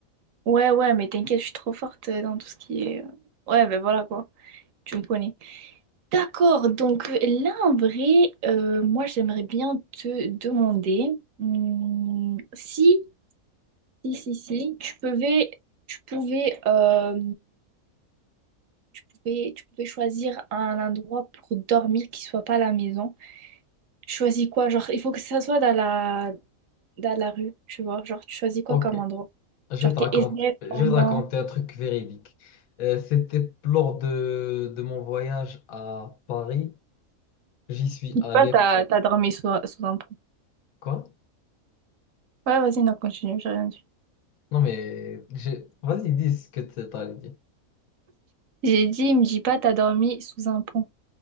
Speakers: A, on the right; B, on the left.
A: Ouais, ouais, mais t'inquiète, je suis trop forte euh, dans tout ce qui est... euh, Ouais, ben voilà, quoi. Tu me connais. D'accord, donc euh, là, en vrai, euh, moi, j'aimerais bien te demander hmm, si... Si, si, si, tu pouvais, tu pouvais, euh, tu pouvais, tu pouvais choisir un endroit pour dormir qui soit pas la maison. Tu choisis quoi? Genre, il faut que ça soit dans la, dans la rue, tu vois. Genre, tu choisis quoi
B: Ok.
A: comme endroit?
B: Je
A: Genre,
B: vais te
A: t'es
B: raconter,
A: SDF
B: je
A: pendant...
B: vais te raconter un truc véridique. Euh, c'était lors de, de mon voyage à Paris. J'y suis
A: Je
B: allé.
A: dis pas, t'as, t'as dormi sous, sous un pont.
B: Quoi?
A: Ouais, vas-y, non, continue, j'ai rien dit.
B: Non, mais j'ai- vas-y, dis ce que tu allé dire.
A: J'ai dit, il me dit pas, t'as dormi sous un pont.